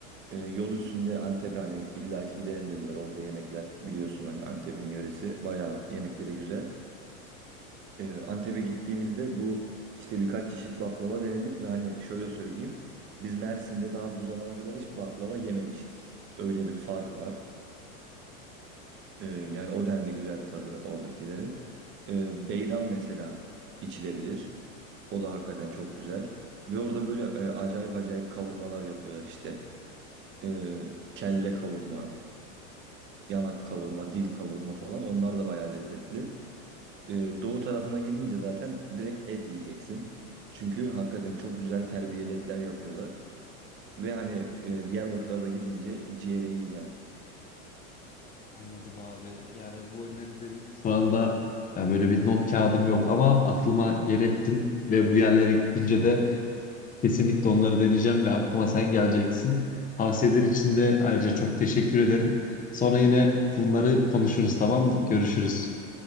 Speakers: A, on the right (about 30°); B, on the left (about 20°).
A: Ee, yol üstünde Antep'e hani illaki gidelim dediler. Orada yemekler biliyorsun hani Antep'in yöresi. Bayağı yemekleri güzel. Ee, Antep'e gittiğimizde bu işte birkaç çeşit baklava denedik ve hani şöyle söyleyeyim. Biz Mersin'de daha bu zamana kadar hiç baklava yememişiz. Öyle bir fark var. Ee, yani o denli güzel tadı oradakilerin. Ee, beyran mesela içilebilir. O da hakikaten çok güzel. Ve orada böyle e, acayip acayip kavurmalar yapıyorlar işte. Ee, kelle kavurma. Yanak kavurma, dil kavurma falan onlar da bayağı lezzetli. Ee, doğu tarafına gidince zaten direkt et yiyeceksin. Çünkü hakikaten çok güzel terbiyeli etler yapıyorlar. Ve hani e, Diyarbakır'a da gidince ciğeri yiyeceksin.
B: Anladım abi. Yani bu önerilerin şu anda ya böyle bir not kağıdım yok ama aklıma yer ettim ve bu yerlere gidince de Kesinlikle onları deneyeceğim ve aklıma sen geleceksin. Tavsiyeler için de ayrıca çok teşekkür ederim. Sonra yine bunları konuşuruz tamam mı? Görüşürüz.